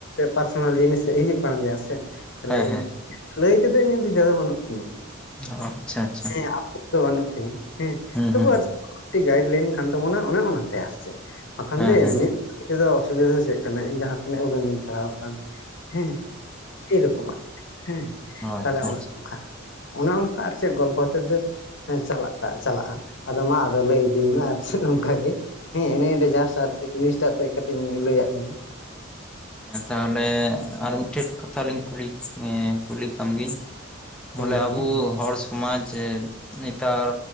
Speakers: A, on the left; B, in the centre.
A: ᱯᱟᱨᱥᱚᱱᱟᱞ ᱡᱤᱱᱤᱥ ᱥᱮᱡ ᱦᱤᱡᱩᱝ ᱠᱟᱱ ᱜᱮᱭᱟ ᱥᱮ ᱛᱟᱦᱚᱞᱮ
B: ᱦᱮᱸ
A: ᱤᱧ
B: ᱦᱮᱸ
A: ᱞᱟᱹᱭ ᱛᱮᱫᱚ ᱤᱧᱟᱹᱜ ᱫᱤᱫᱷᱟ ᱫᱚ ᱵᱟᱹᱱᱩᱜ ᱛᱤᱧᱟᱹ᱾
B: ᱚ ᱟᱪᱪᱷᱟ ᱟᱪᱪᱷᱟ
A: ᱦᱮᱸ ᱟᱯᱚᱛ ᱵᱟᱹᱱᱩᱜ ᱛᱤᱧᱟᱹ ᱦᱮᱸ
B: ᱦᱩᱸ
A: ᱛᱚᱵᱩ
B: ᱦᱩᱸ
A: ᱟᱨ ᱜᱟᱭᱤᱰ ᱞᱟᱭᱤᱱ ᱠᱟᱱ ᱛᱟᱵᱚᱱᱟ ᱚᱱᱮ ᱚᱱᱟᱛᱮ ᱟᱨ, ᱪᱮᱫ? ᱵᱟᱠᱷᱟᱱ
B: ᱦᱮᱸ
A: ᱫᱚ
B: ᱦᱮᱸ
A: ᱮᱢᱱᱤ ᱛᱮᱫᱚ ᱚᱥᱩᱵᱤᱫᱷᱟ ᱫᱚ ᱪᱮᱫ ᱠᱟᱱᱟ ᱤᱧ ᱡᱟᱦᱟᱸ ᱛᱤᱱᱟᱹᱜ ᱩᱰᱟᱹᱝ ᱜᱤᱧ ᱯᱟᱲᱦᱟᱣ ᱟᱠᱟᱱ᱾ ᱦᱩᱸ ᱮᱭᱨᱚᱠᱚᱢᱟ ᱦᱩᱸ
B: ᱚ
A: ᱛᱟᱦᱚᱞᱮ
B: ᱟᱪᱪᱷᱟ
A: ᱚᱱ
B: ᱟᱪᱪᱷᱟ
A: ᱚᱱᱠᱟ᱾ ᱚᱱᱮ ᱚᱱᱠᱟ ᱟᱨ ᱪᱮᱫ ᱜᱚᱞᱯᱚ ᱦᱚᱛᱮᱫ ᱫᱚ ᱦᱮᱸ ᱪᱟᱞᱟᱴᱟᱝ ᱪᱟᱞᱟᱜᱼᱟ ᱟᱫᱚ ᱢᱟ ᱟᱫᱚ ᱞᱟᱹᱭ ᱤᱫᱤ ᱢᱮ ᱟᱨ ᱪᱮᱫ ᱱᱚᱝᱠᱟ ᱜᱮ ᱦᱮᱸ ᱮᱱᱮ ᱮᱰᱮ ᱡᱟᱥᱴ ᱟᱨᱠᱤ ᱡᱤᱱᱤᱥᱴᱟᱜ ᱛᱮ ᱠᱟᱹᱴᱤᱡ ᱤᱧ ᱞᱟᱹ ᱟᱫ ᱢᱮᱭᱟ᱾
B: ᱦᱮᱸ ᱛᱟᱦᱚᱞᱮ ᱟᱨ ᱢᱤᱫᱴᱮᱱ ᱠᱟᱛᱷᱟ ᱞᱤᱧ ᱠᱩᱞᱤ ᱠᱩᱞᱤ ᱠᱟᱢ ᱜᱤᱭᱟᱹᱧ᱾ ᱵᱚᱞᱮ
A: ᱦᱮᱸ ᱦᱮᱸ
B: ᱟᱵᱚ
A: ᱦᱮᱸ
B: ᱦᱚᱲ ᱢᱟᱪᱮᱫ ᱱᱮᱛᱟᱨ